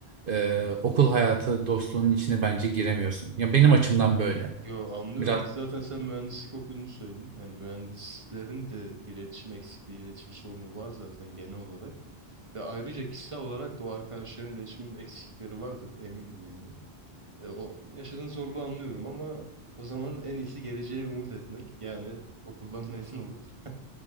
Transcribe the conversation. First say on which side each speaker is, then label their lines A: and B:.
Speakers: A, on the right (about 60°); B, on the right (about 30°).
A: e, okul hayatı dostluğunun içine bence giremiyorsun. Ya benim açımdan böyle.
B: Yo anlıyorum.
A: Biraz.
B: Zaten sen mühendislik okuduğunu söyledin. Yani mühendislerin de bir iletişim eksikliği, iletişim sorunu var zaten genel olarak. Ve ayrıca kişisel olarak da o arkadaşların iletişim eksiklikleri vardır eminim yani. E, o yaşadığın zorluğu anlıyorum ama o zaman en iyisi geleceğe umut etmek. Yani okuldan mezun olup <laughs>